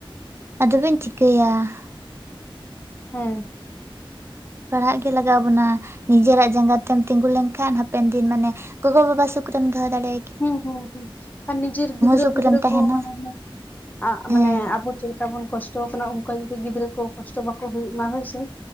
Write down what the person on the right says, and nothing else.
ᱟᱫᱚ ᱵᱮᱱ ᱪᱤᱠᱟᱹᱭᱟ ᱾
ᱯᱟᱲᱦᱟᱜ ᱜᱮ ᱞᱟᱜᱟᱣ ᱵᱚᱱᱟ᱾ ᱱᱤᱡᱮᱨᱟᱜ ᱡᱟᱸᱜᱟ ᱛᱮᱢ ᱛᱤᱸᱜᱩ ᱞᱮᱱᱠᱷᱟᱱ ᱦᱟᱯᱮᱱ ᱫᱤᱱ ᱢᱟᱱᱮ- ᱜᱚᱜᱚ-ᱵᱟᱵᱟ ᱥᱩᱠ ᱨᱮᱢ ᱫᱚᱦᱚ ᱫᱟᱲᱮ
ᱥᱩᱠ
ᱨᱮᱢ ᱛᱟᱦᱮᱱᱟ
ᱦᱮᱸ